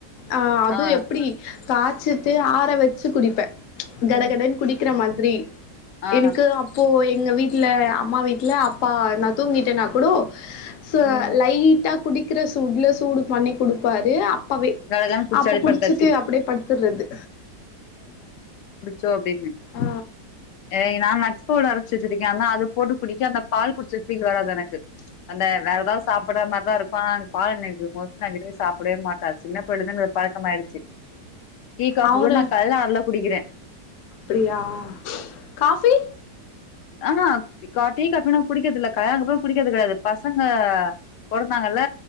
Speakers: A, on the left; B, on the left.
A: ஆஹ் அதுவு
B: ஆ
A: எப்டி காய்ச்சுட்டு ஆற வச்சு குடிப்பே கடகடுனு
B: ம்
A: குடி கிர மாதிரி
B: ஆ
A: எனக்கு அப்போ எங்க வீட்ல அம்மா வீட்ல அப்பா நா தூங்கிட்டேனா கூடோ ச
B: ம்
A: லைட் டா குடிக்கிற சூட்ல சூடு பண்ணி குடுப்பாரு அப்பவே
B: கடகடன்னு குடிச்சு
A: அப்ப
B: அடி
A: குடிச்சிட்டு
B: படுத்தாச்சு
A: அப்டியே படுத்துறது
B: சோ அப்டின்னு
A: ஆ
B: ஏ நானாச் போல் அரச்சு வச்சிருக்கே ஆனா அத போட்டு குடிக்க அந்த பால் குடிச்ச ஃபீல் வராது எனக்கு அந்த வேற ஏதாவது சாப்டுற மாரிதா இருக்கு பால் எனக்கு மோச்ட் நா விரும்பி சாப்டவே மாட் சின்ன பிள்ளேலருந்து பழக்கம்மயிடுச்சு டீ காபி
A: அவரு
B: கூட நா கல்ல அறுல குடிக்கிறே
A: அப்டியா காஃபி
B: அஹா க்கா டி‌ காபில குடிக்கிறதுல்லக்கா அதுக்கப்பரோ குடிக்கிறது கெடையாது பசங்க பொறந்தாங்கல்ல